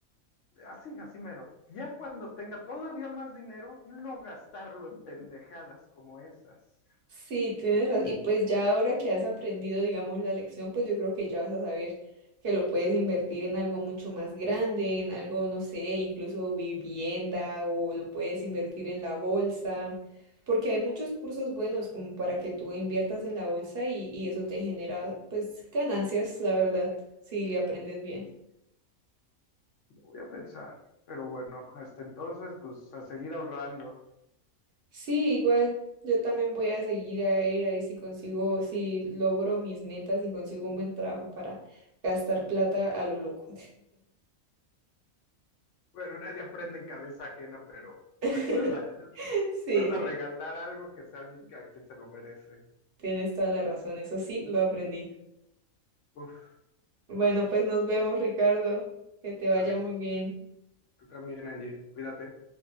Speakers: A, on the left; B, on the right.
A: así, así mero, ya cuando tenga todavía más dinero, no gastarlo en pendejadas como esas.
B: Sí, tienes razón. Y pues ya ahora que has aprendido, digamos, la lección, pues yo creo que ya vas a saber que lo puedes invertir en algo mucho más grande, en algo, no sé, incluso vivienda o lo puedes invertir en la bolsa, porque hay muchos cursos buenos como para que tú inviertas en la bolsa y, y eso te genera pues ganancias, la verdad, si le aprendes bien.
A: Lo voy a pensar, pero bueno, hasta entonces, pues a seguir ahorrando.
B: Sí, igual yo también voy a seguir a ver ahí si consigo, si logro mis metas y consigo un buen trabajo para gastar plata a lo loco.
A: Bueno, nadie aprende en cabeza ajena, pero
B: <laughs>
A: recuerda,
B: Sí,
A: si vas
B: sí,
A: a regalar algo, que sea alguien que- a quien se lo merece.
B: tienes toda la razón, eso sí, lo aprendí.
A: Uf,
B: Bueno, pues nos
A: bueno,
B: vemos, Ricardo, que te vaya
A: vale.
B: muy bien.
A: Tú también, Angie, cuídate.